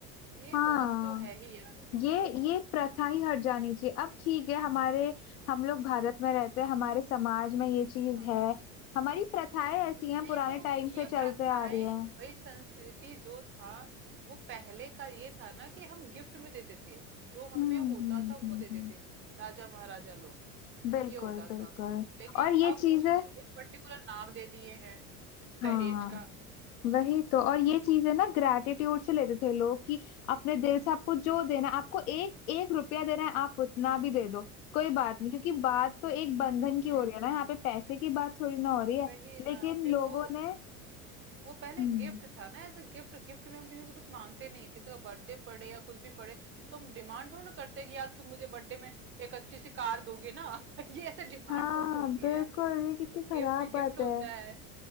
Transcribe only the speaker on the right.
ये
बहुत तो है ही यार
हाँ
नहीं
तो
ये
प्रथाएं
भाई संस्कृति जो था वो पहले का ये था ना कि हम गिफ्ट में देते थे जो हमें
होता
था
वो देते
थे राजा महाराजा लोग
ये होता
था लेकिन
अब
उसको एक पर्टिकुलर नाम दे दिए हैं <laughs>
दहेज का
हम्म
हम्म
हम्म
हम्म,
वही
ना फिर
वो
वो पहले
गिफ्ट था ना ऐसे गिफ्ट गिफ्ट में हम किसी से कुछ मांगते नहीं है किसी का बर्थडे पड़े या कुछ भी पड़े तो हम डिमांड थोड़ा ना करते हैं कि यार तुम मुझे बर्थडे में एक अच्छी सी कार दोगे ना <laughs> ये ऐसे डिमांड
थोड़ा होती
है यार
गिफ्ट
गिफ्ट होता
है